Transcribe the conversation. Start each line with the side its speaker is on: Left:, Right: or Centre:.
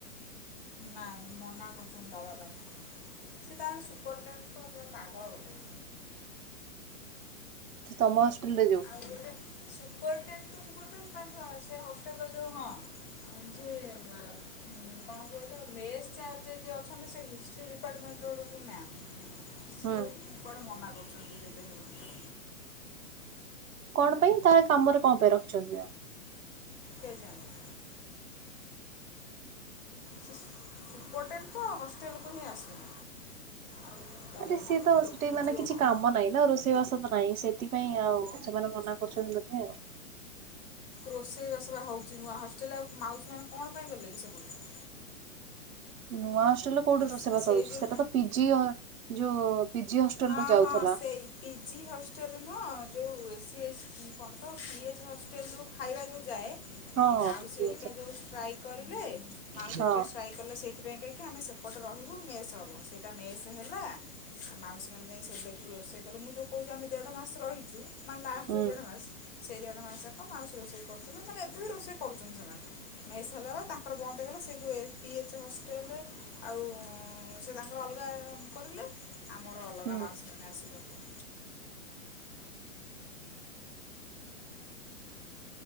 Left: ନା ମନା କରୁଛନ୍ତି ଦେବା ପାଇଁ ସେ ତା ସୁପରଟେନ୍ ତ ପୁରା ପାଗଳ ଅଟେ।
Right: ସେ ତମ ହଷ୍ଟେଲ ରେ ଯଉ
Left: ଆଉଗୋଟେ ସୁପରଟେଡ୍ ତ ସୁପରଟେଡ୍ ତାଙ୍କ ସେ ହଷ୍ଟେଲ ର ଯଉ ହଁ ହଁ ଯେ ମା ଉଁ କଣ କହିଲ ମେସ୍ ଚାଯ୍ ରେ ଯିଏ ଅଛନ୍ତି ସେ ହିଷ୍ଟ୍ରି ଡିପାର୍ଟମେଣ୍ଟର ଗୋଟେ କେଉଁ ମ୍ୟାମ୍। ସିଏ
Right: ହୁଁ
Left: କୁଆଡେ ମନା କରୁଛନ୍ତି ଯେବେନି ବୋଲିକ
Right: କଣ ପାଇଁ ତାଲେ କାମରେ କଣ ପାଇଁ ରଖିଛନ୍ତି ଆଉ।
Left: କେଜାଣି। ସେ ସୁ ସୁପର୍ଟେଣ୍ଟ ତ ହଷ୍ଟେଲକୁ ହିଁ ଆସୁନି ଆଉ ଦେବ
Right: ଆରେ
Left: କ'ଣ
Right: ସିଏ ତ
Left: ଲୋକ
Right: ସେଠି
Left: ବୁଝିବ
Right: ମାନେ କିଛି
Left: କ'ଣ
Right: କାମ ନାହିଁ। ନା ଆଉ ରୋଷେଇବାସ ତ ନାହିଁ ସେଥିପାଇଁ ଆଉ ସେମାନେ ମନା କରୁଛନ୍ତି ବେଧେ ଆଉ
Left: ରୋଷେଇବାସବା ହେଉଛି ନୂଆ ହଷ୍ଟେଲ୍ ରେ ଆଉ ମାଉସୀମାନେ କଣ ପାଇଁ କ ଗଲେ କି ସେପଡ଼କୁ।
Right: ନୂଆ ହଷ୍ଟେଲରେ କୋଉଠି ରେସେଇବାସ
Left: ସେ- ସେଇ
Right: ହଉଛି
Left: ଯେଉଁ
Right: ସେଟା ତ ପିଜି ଯୋଉ ପିଜି ହଷ୍ଟେଲ
Left: ହଁ
Right: ରୁ ଯାଉଥିଲା।
Left: ହଁ ସେଇ ପିଜି ହଷ୍ଟେଲ ନୁହଁ ଯେଉଁ ଏ ସି ଏସ୍ କଣ ତ ପି ଏଚ୍ ହଷ୍ଟେଲରୁୁ ଖାଇବା ଯଉ ଯାଏ।
Right: ହଁ
Left: ଏ
Right: ହଁ
Left: ମାଉସୀ ହରିକା ଯୋଉ ଷ୍ଟ୍ରାଇକ୍ କରିଲେ ମାଉସୀ
Right: ହଁ
Left: ହରିକା ଷ୍ଟ୍ରାଇକ୍ କଲେ ସେଇଥିପାଇଁ କାହିଁକି ଆମେ ସେପ୍ ସେପଟେ ରହିବୁ ମେସ୍ ହେବ ସେଇଟା ମେସ୍ ହେଲା ଆଉ ମାଉ ସେମାନେ ଯାଇ ସେବେଠୁ ରୋଷେଇ କଲେ ମୁଁ ଯଉ କହୁଛି ଆମେ ଦେଢ ମାସ ରହିଛୁ ମାନେ ଲାଷ୍ଟ
Right: ହୁଁ
Left: ଦେଢ ମାସ୍ ସେଇ ଦେଢ ମାସ ଯାକ ମାଉସୀ ରୋଷେଇ କରୁଥିଲେ ମାନେ ଏବେ ବି ରୋଷେଇ କରୁଛନ୍ତି ସେମାନେ ସେସ୍ ହେଲାର ତାଙ୍କର ବନ୍ଦ ହେଇଗଲା ସେ ଯେଉଁ ଏ ପି ଏଚ୍ ହଷ୍ଟେଲ ଆଉ ସେ ତାଙ୍କର ଅଲଗା କରିଲେ ଆମର ଅଲଗା
Right: ହୁଁ
Left: ମାଉସୀମାନେ ଆସି କରିଲେ।